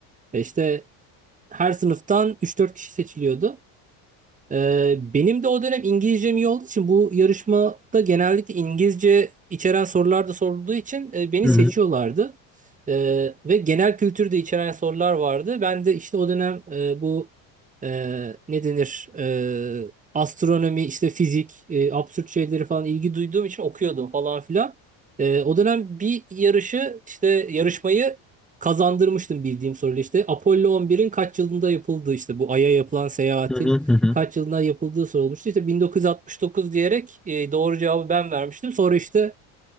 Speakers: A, on the right; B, in the centre.
A: E, işte her sınıftan üç dört kişi seçiliyordu. Ee, benim de o dönem İngilizcem iyi olduğu için bu yarışmada genellikle İngilizce içeren sorular da sorulduğu için e, beni
B: hı
A: seçiyorlardı.
B: hı,
A: Ee, ve genel kültür de içeren sorular vardı. Ben de işte o dönem e, bu e, ne denir e, astronomi, işte fizik, e, absürt şeyleri falan ilgi duyduğum için okuyordum falan filan. E, o dönem bir yarışı işte yarışmayı kazandırmıştım bildiğim soruyla işte Apollo 11'in kaç yılında yapıldığı işte bu Ay'a yapılan seyahatin
B: hı hı, hı hı.
A: kaç yılında yapıldığı sorulmuştu. İşte 1969 diyerek e, doğru cevabı ben vermiştim. Sonra işte